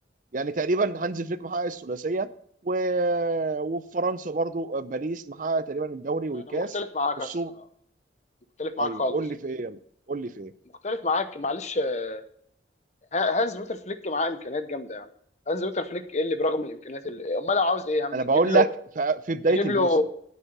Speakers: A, on the right; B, on the left.
A: يعني تقريبا هانز فليك محقق الثلاثيه و- وفي فرنسا برضو آه، باريس محقق تقريبا الدوري والكاس
B: انا مختلف معاك
A: والسوبر
B: أص... آه، مختلف
A: طيب
B: معاك خالص
A: قول لي في ايه يلا قول لي في ايه
B: مختلف معاك معلش آه، ه- هانز بيتر فليك معاه امكانيات جامده يعني هانز بيتر فليك ايه اللي برغم الامكانيات اللي امال لو عاوز ايه يا عم
A: انا
B: نجيب
A: بقول
B: له
A: لك في في بدايه
B: نجيب
A: الموسم
B: له